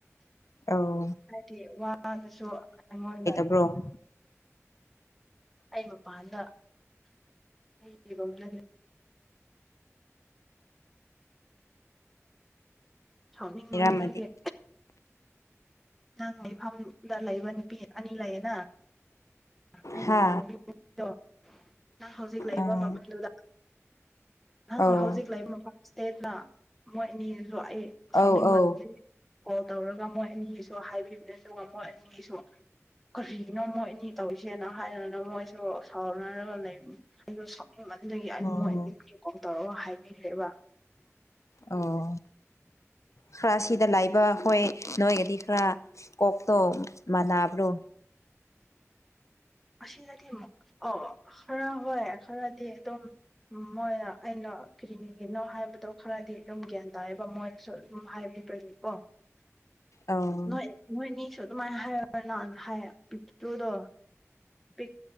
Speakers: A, on the left; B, in the centre.
A: ꯑꯧ
B: ꯍꯥꯏꯗꯤ ꯋꯥꯗꯨꯁꯨ ꯑꯩꯉꯣꯟꯗ
A: ꯕ꯭ꯔꯣ
B: ꯑꯩ ꯃꯄꯥꯟꯗ ꯑꯩ ꯔꯨꯝꯗ ꯁꯥꯎꯅꯤꯡꯃꯟꯂꯒꯤ
A: ꯂꯩꯔꯝꯃꯗꯤ
B: ꯅꯪꯅꯦ ꯐꯝꯃꯨꯡꯗ ꯂꯩꯕ ꯅꯨꯄꯤ ꯑꯅꯤ ꯂꯩꯌꯦꯅ ꯑꯩ
A: ꯍꯥ
B: ꯎꯃꯥꯟꯕꯤ <unintelligible> ꯃꯥ ꯍꯧꯖꯤꯛ ꯂꯩꯔꯤꯕ
A: ꯑꯥ
B: ꯃꯐꯝꯗꯨꯗ ꯅꯪ
A: ꯑꯧ
B: ꯍꯧꯖꯤꯛ ꯂꯩꯕ ꯃꯐꯝ ꯏꯍꯇꯦꯠꯂ ꯃꯣꯏ ꯑꯅꯤꯖꯨꯖꯨ ꯑꯩ ꯁꯥꯎꯅꯤꯡꯃꯟꯕꯒꯤ
A: ꯑꯧ ꯑꯧ
B: ꯀꯣꯜ ꯇꯧꯔꯒ ꯃꯣꯏ ꯑꯅꯤꯒꯤꯁꯨ ꯍꯥꯏꯕꯤꯕꯅꯦ ꯑꯗꯨꯒ ꯃꯣꯏ ꯑꯅꯤꯒꯤꯁꯨ ꯀꯔꯤꯒꯤꯅꯣ ꯃꯣꯏ ꯑꯅꯤ ꯇꯧꯔꯤꯁꯦꯅ ꯍꯥꯏꯔꯒꯅ ꯃꯣꯏꯁꯨ ꯁꯥꯎꯅꯔꯒ ꯂꯩꯕꯅꯤ ꯑꯩꯗꯣ ꯁꯣꯛꯅꯤꯡꯃꯟꯕꯒꯤ ꯑꯩ
A: ꯎꯝ
B: ꯃꯣꯏ ꯑꯅꯤ ꯚꯤꯗꯤꯑꯣꯀꯣꯜ ꯇꯧꯔꯒ ꯍꯥꯏꯕꯤꯈ꯭ꯔꯦꯕ
A: ꯑꯣ ꯈꯔ ꯁꯤꯗ ꯂꯥꯛꯕ ꯍꯣꯏ ꯅꯣꯏꯒꯗꯤ ꯈꯔ ꯀꯣꯛꯇꯣ ꯃꯅꯕ꯭ꯔꯣ
B: ꯑꯁꯤꯗꯗꯤ ꯑꯃꯨꯛ ꯀꯣ ꯈꯔ ꯍꯣꯏ ꯈꯔꯗꯤ ꯑꯗꯨꯝ ꯃꯣꯏꯅ ꯑꯩꯅ ꯀꯔꯤꯒꯤꯅꯣ ꯍꯥꯏꯕꯗꯣ ꯈꯔꯗꯤ ꯑꯗꯨꯝ ꯒ꯭ꯌꯥꯟ ꯇꯥꯌꯦꯕ ꯃꯣꯏꯗꯁꯨ ꯑꯗꯨꯝ ꯍꯥꯏꯕꯤꯕꯒꯤ ꯀꯣ
A: ꯑꯧ
B: ꯅꯣꯏ ꯅꯣꯏꯅꯤꯁꯨ ꯑꯗꯨꯃꯥꯏꯅ ꯍꯥꯏꯔ ꯅꯪ ꯍꯥꯏꯌꯦ ꯄꯤꯛꯇ꯭ꯔꯨꯗꯣ ꯄꯤꯛ